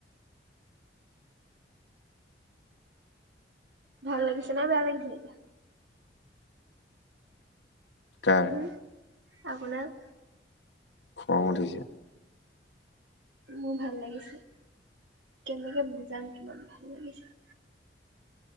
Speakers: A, on the right; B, on the left.
A: ভাল লাগিছে নে বেয়া লাগিছে এতিয়া?
B: কাৰ
A: হু, আপোনাৰ?
B: খং উঠিছে।
A: মোৰ ভাল লাগিছে। কেনেকে বুজাম কিমান ভাল লাগিছে।